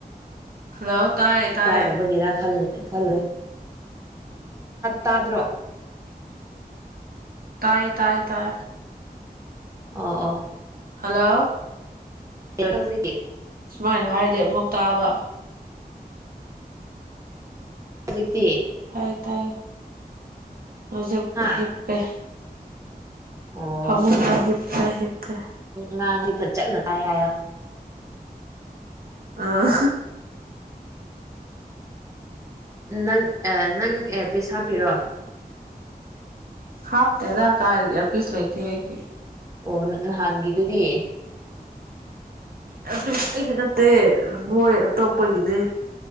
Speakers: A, on the right (about 65°); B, on the right (about 20°).
A: ꯍꯜꯂꯣ ꯇꯥꯏ ꯇꯥꯏ
B: ꯇꯥꯗꯕꯒꯦꯔꯥ ꯈꯜꯅꯦ ꯈꯜꯦ ꯇꯥꯗ꯭ꯔꯣ
A: ꯇꯥꯏ ꯇꯥꯏ ꯇꯥꯏ
B: ꯑꯥ ꯑꯥ
A: ꯍꯜꯂꯣ
B: ꯑꯦ ꯍꯧꯖꯤꯦ ꯀ
A: ꯁꯨꯃꯥꯏꯅ ꯍꯥꯏꯔꯗꯤ ꯑꯃꯨꯛ ꯇꯥꯕ
B: ꯍꯧꯖꯤꯛꯇꯤ
A: ꯇ ꯇꯥꯏ ꯍꯧꯖꯤ
B: ꯍꯥ
A: ꯍꯦꯞꯄꯦ
B: ꯑꯣ
A: ꯐꯃꯨꯡꯗ ꯍꯦꯞꯇ ꯍꯞꯄꯦ
B: ꯉꯥꯡꯁꯤ ꯐꯠ ꯆꯠꯅ ꯇꯥꯏ ꯍꯥꯏꯔ
A: ꯑꯥ
B: ꯅꯪ ꯅꯪ ꯄꯤꯁ ꯍꯥꯞꯄꯤꯔꯣ
A: ꯍꯥꯞꯇꯗꯥꯛ ꯀꯥ ꯑꯦꯔ ꯄꯤꯁ ꯂꯥꯏꯇ ꯍꯦꯒꯤ
B: ꯑꯣ ꯅꯍꯥꯟꯒꯤꯗꯨꯗꯤ
A: ꯑꯗꯨ ꯑꯩꯒꯤ ꯅꯠꯇꯦ ꯃꯣꯏ ꯑꯇꯣꯞꯄꯒꯤꯅꯦ